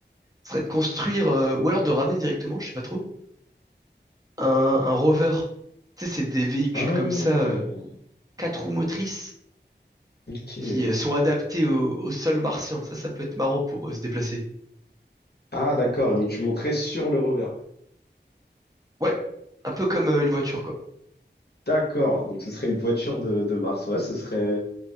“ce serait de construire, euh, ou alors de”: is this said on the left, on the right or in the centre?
Right